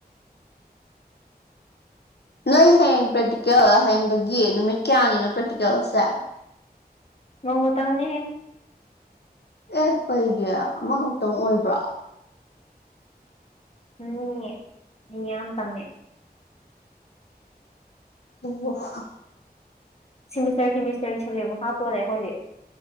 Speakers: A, on the left; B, on the left.
A: ꯅꯣꯏ ꯍꯌꯦꯡ ꯄ꯭ꯔꯦꯛꯇꯤꯀꯦꯜ ꯍꯌꯦꯡꯗꯒꯤ ꯅꯨꯃꯤꯠ ꯀꯌꯥꯅꯤꯅꯣ ꯄ꯭ꯔꯦꯛꯇꯤꯀꯦꯜꯁꯦ
B: ꯅꯣꯡꯃꯇꯪꯅꯦꯍꯦ
A: ꯑꯦ ꯀꯩꯒꯤ ꯑꯃꯈꯛꯇꯪ ꯑꯣꯏꯕ꯭ꯔꯣ
B: ꯃꯤ ꯃꯤꯌꯥꯝꯇꯝꯃꯦ
A: <unintelligible>
B: ꯁꯤꯃꯤꯁꯇꯔ ꯁꯤꯃꯤꯁꯇꯔꯒꯤ ꯁꯕꯖꯦꯛ ꯃꯈꯥ ꯄꯣꯜꯂꯦ ꯑꯩꯈꯣꯏꯗꯤ